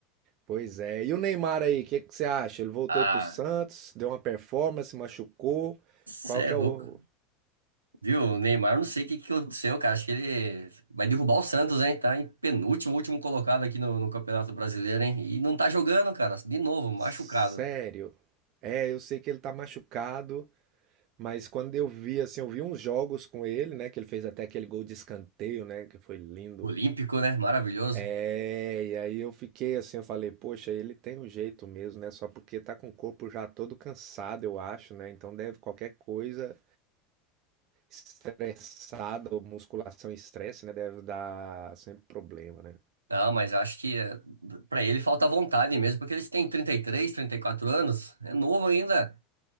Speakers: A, on the right; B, on the right.
A: pois é. E o Neymar aí, o que que você acha? Ele voltou
B: Ah,
A: aí pro Santos, deu uma performance, machucou. Qual
B: cê
A: que
B: é louco.
A: é o.
B: Viu, o Neymar, não sei o que que aconteceu, cara. Acho que ele vai derrubar o Santos, hein? Tá em penúltimo, último colocado aqui no, no Campeonato Brasileiro, hein? E não tá jogando, cara. De novo, machucado.
A: Sério? É, eu sei que ele tá machucado, mas quando eu vi, assim, eu vi uns jogos com ele, né? Que ele fez até aquele gol de escanteio, né? Que foi lindo.
B: Olímpico, né? Maravilhoso.
A: É, e aí eu fiquei assim, eu falei, poxa, ele tem um jeito mesmo, né? Só porque tá com o corpo já todo cansado, eu acho, né? Então deve qualquer coisa. estressada, ou musculação e estresse, né? Deve dar sempre problema, né?
B: Não, mas eu acho que para ele falta vontade mesmo, porque ele tem trinta trinta e três, trinta e quatro anos, é novo ainda.